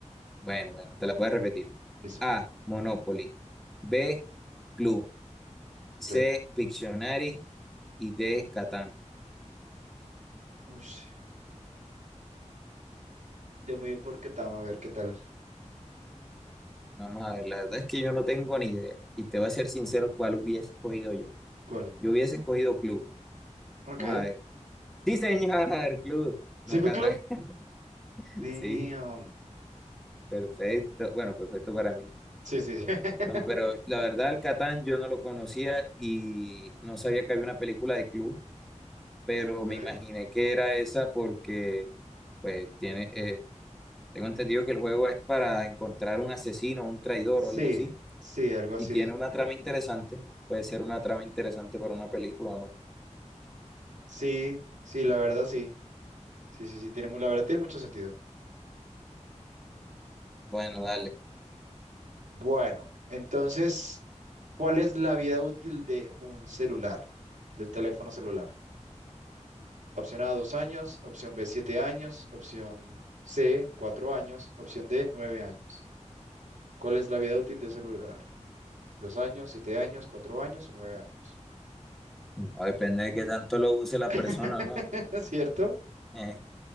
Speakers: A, in the centre; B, on the right.
A: Bueno, bueno, te la puedes repetir.
B: Listo.
A: A. Monopoly. B. Clue. C.
B: Ok.
A: Pictionary. Y D. Catán.
B: Ush, Yo me voy por Ketama a ver qué tal.
A: Vamos a ver, la verdad es que yo no tengo ni idea. Y te voy a ser sincero, ¿cuál hubiese escogido yo?
B: ¿Cuál?
A: Yo hubiese escogido Clue.
B: Ok.
A: Vamos a ver. Sí, señor, <laughs> Clue.
B: ¿Sí
A: No,
B: fue
A: Catán.
B: club?
A: <laughs>
B: Damn.
A: Sí. Perfecto, bueno, perfecto para mí.
B: Sí, sí, sí. <laughs>
A: No, pero la verdad, el Catán yo no lo conocía y no sabía que había una película de club, pero
B: Ok.
A: me imaginé que era esa porque, pues, tiene, eh, tengo entendido que el juego es para encontrar un asesino, un traidor
B: Sí,
A: o algo así,
B: sí, algo así.
A: y tiene una trama interesante. Puede ser una trama interesante para una película o no.
B: Sí, sí, la verdad sí. Sí, sí, sí, tiene, mu- la verdad tiene mucho sentido.
A: Bueno, dale.
B: Bueno, entonces, ¿cuál es la vida útil de un celular, de un teléfono celular? Opción A, dos años, opción B, siete años, opción C, cuatro años, opción D, nueve años. ¿Cuál es la vida útil de un celular? ¿Dos años, siete años, cuatro años o nueve años?
A: No, depende de qué tanto lo use la
B: <laughs>
A: persona, ¿no?
B: ¿Cierto?
A: Eh,